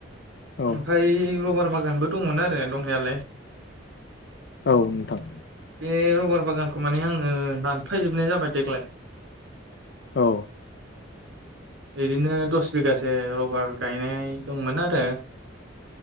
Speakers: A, on the right; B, on the left.
A: ओमफ्राय
B: औ
A: रबार बागान गोनबो दंमोन आरो दंनायालाय।
B: औ नोंथां।
A: बे रबार बागानखौ माने आङो दानफायजोबनाय जाबाय देग्लाय।
B: औ।
A: बिदिनो दस बिगासे रबार गायनाय दंमोन आरो।